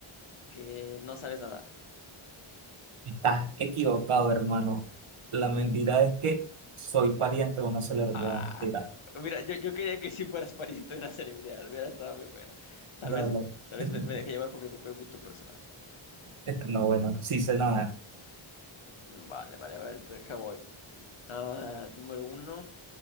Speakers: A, on the left (about 70°); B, on the right (about 80°).
A: que no sabes nadar.
B: Estás equivocado, hermano. La mentira es que soy pariente de una celebridad.
A: Ah,
B: Mira,
A: mira, yo, yo quería que sí fueras pariente de una celebridad, hubiera estado muy bueno. Tal
B: no,
A: vez,
B: no.
A: tal vez
B: <laughs>
A: me, me dejé llevar por mi propio gusto personal.
B: No, bueno, sí sé nada.
A: Vale, vale, a ver, deja voy. Ah, número uno.